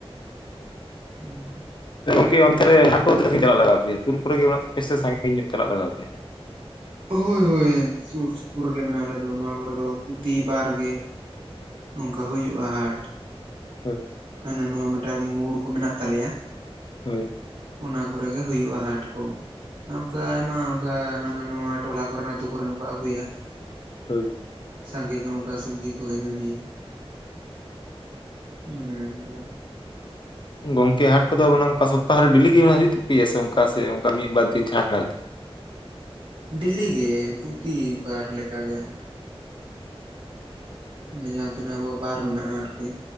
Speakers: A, on the right; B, on the left.
A: ᱦᱩᱸ
B: ᱜᱚᱢᱠᱮ ᱚᱱᱛᱮ ᱨᱮ ᱦᱟᱴ ᱠᱚ ᱫᱚ ᱛᱤᱱᱟᱹᱜ ᱥᱟᱜᱤᱧ ᱪᱟᱞᱟᱜ ᱞᱟᱜᱟᱣ ᱟᱯᱮᱭᱟ ᱥᱩᱨ ᱠᱚᱨᱮ ᱜᱮ ᱢᱮᱱᱟᱜ ᱛᱯᱮᱭᱟ ᱥᱮ ᱥᱟᱺᱜᱤᱧ ᱧᱚᱜ ᱪᱟᱞᱟᱜ ᱞᱟᱜᱟᱣ ᱯᱮᱭᱟ
A: ᱦᱳᱭ ᱦᱳᱭ ᱥᱩᱨ ᱥᱩᱯᱩᱨ ᱨᱮ ᱜᱮ ᱢᱮᱱᱟᱜᱼᱟ ᱟᱞᱮ ᱫᱚ ᱱᱚᱣᱟ ᱠᱚ ᱨᱮ ᱫᱚ ᱯᱨᱚᱛᱤ ᱵᱟᱨ ᱜᱮ ᱚᱱᱠᱟ ᱦᱩᱭᱩᱜᱼᱟ ᱦᱟᱴ
B: ᱦᱮ
A: ᱦᱟᱱᱟ ᱱᱚᱣᱟ ᱢᱤᱫᱴᱟᱝ ᱢᱳᱲ ᱠᱚ ᱢᱮᱱᱟᱜ ᱛᱟᱞᱮᱭᱟ
B: ᱦᱳᱭ
A: ᱚᱱᱟ ᱠᱚᱨᱮ ᱜᱮ ᱦᱩᱭᱩᱜᱼᱟ ᱦᱟᱴ ᱠᱚ ᱚᱱᱠᱟ ᱟᱭᱢᱟ ᱚᱱᱠᱟ ᱦᱟᱱᱟ ᱱᱚᱶᱟ ᱴᱚᱞᱟ ᱠᱚᱨᱮᱱ ᱟᱹᱛᱩᱳ ᱠᱚᱨᱮᱱ ᱠᱚ ᱟᱹᱜᱩᱭᱟ
B: ᱦᱳᱭ
A: ᱥᱟᱸᱜᱮ ᱧᱚᱜ ᱚᱱᱠᱟ ᱥᱚᱵᱡᱤ ᱠᱚ ᱦᱱᱟᱹ ᱱᱤᱭᱟᱹ ᱢᱟᱱᱮ ᱚᱱᱠᱟ
B: ᱜᱚᱝᱠᱮ ᱦᱟᱴ ᱠᱚ ᱫᱚ ᱚᱱᱠᱟ ᱥᱚᱯᱛᱟ ᱦᱚᱹ ᱨᱮ ᱰᱮᱞᱤ ᱜᱮ ᱦᱩᱭᱩᱜ ᱛᱚᱯᱮ ᱜᱮᱭᱟ ᱥᱮ ᱚᱱᱠᱟ ᱥᱮ ᱚᱱᱠᱟ ᱢᱤᱫ ᱵᱟᱨ ᱫᱤᱱ ᱪᱷᱟᱲ ᱪᱷᱟᱲ ᱛᱮ
A: ᱰᱮᱞᱤᱜ ᱜᱮ ᱯᱨᱚᱛᱤ ᱵᱟᱨ ᱞᱮᱠᱟ ᱜᱮ ᱢᱟᱱᱮ ᱡᱟᱦᱟᱸ ᱛᱤᱱᱟᱹᱜ ᱟᱵᱚᱣᱟᱜ ᱵᱟᱨ ᱢᱮᱱᱟᱜᱼᱟ ᱟᱨᱠᱤ